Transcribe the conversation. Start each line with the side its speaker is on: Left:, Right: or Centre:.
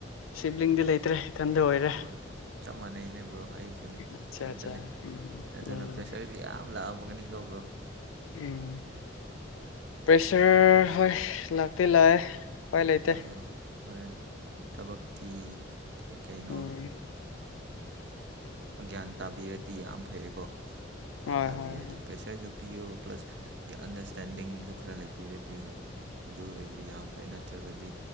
Left: ꯁꯤꯕꯂꯤꯡꯗꯤ ꯂꯩꯇ꯭ꯔꯦ ꯏꯊꯟꯗ ꯑꯣꯏꯔꯦ
Right: ꯑꯥ ꯆꯞ ꯃꯥꯟꯅꯩꯅꯦꯕ꯭ꯔꯣ ꯑꯩꯁꯨꯅꯦ
Left: ꯑꯠꯆꯥ
Right: ꯏꯊꯟꯇꯅꯦ
Left: ꯑꯠꯆꯥ ꯎꯝ
Right: ꯑꯗꯨꯅ
Left: ꯎꯝ
Right: ꯄ꯭ꯔꯦꯁꯔꯁꯨ ꯌꯥꯝ ꯂꯥꯛꯑ ꯎꯝꯒꯅꯤꯀꫭ ꯕ꯭ꯔꯣ
Left: ꯎꯝ ꯄ꯭ꯔꯦꯁꯔ ꯍꯣꯏ ꯂꯥꯛꯇꯤ ꯂꯥꯛꯑꯦ ꯎꯄꯥꯏ ꯂꯩꯇ‌ꯦ
Right: ꯑꯥ ꯍꯣꯏ ꯊꯕꯛꯀꯤ ꯀꯩ ꯀꯩꯅꯣ
Left: ꯎꯝ
Right: ꯒ꯭ꯌꯥꯟ ꯇꯥꯕꯤꯔꯗꯤ ꯌꯥꯝ ꯐꯩꯀꯣ ꯒ꯭ꯌꯥꯟ
Left: ꯍꯣꯏ
Right: ꯇꯥꯕꯤꯔꯗꯤ
Left: ꯍꯣꯏ
Right: ꯄꯦꯁꯔꯁꯨ ꯄꯤꯌꯣ ꯄ꯭ꯂꯁ ꯑꯟꯗꯔꯁꯇꯦꯟꯗꯤꯡꯁꯨ ꯈꯔ ꯂꯩꯕꯤꯔꯗꯤ ꯍꯣꯏ ꯑꯗꯨ ꯑꯣꯏꯗꯤ ꯌꯥꯝ ꯐꯩ ꯅꯠꯇ꯭ꯔꯒꯗꯤ